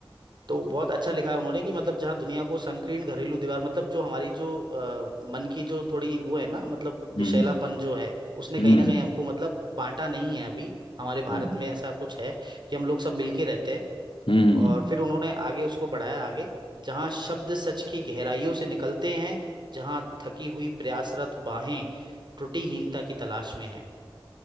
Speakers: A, on the right; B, on the left.
A: तो बहुत अच्छा लिखा है उन्होंने कि मतलब जहाँ दुनिया को संकीर्ण घरेलू दीवार मतलब जो हमारी जो अ, मन की जो थोड़ी वो है ना मतलब विषैलापन
B: हम्म
A: जो है उसने
B: हम्म
A: कहीं ना
B: हम्म
A: कहीं हमको मतलब बांटा नहीं है अभी हमारे भारत
B: हम्म,
A: में ऐसा कुछ है कि हम लोग सब मिलके रहते हैं
B: हम्म,
A: और फिर उन्होंने आगे उसको बढ़ाया आगे जहाँ शब्द सच की गहराइयों से निकलते हैं जहाँ थकी हुई प्रयासरत बाहें त्रुटिहीनता की तलाश में हैं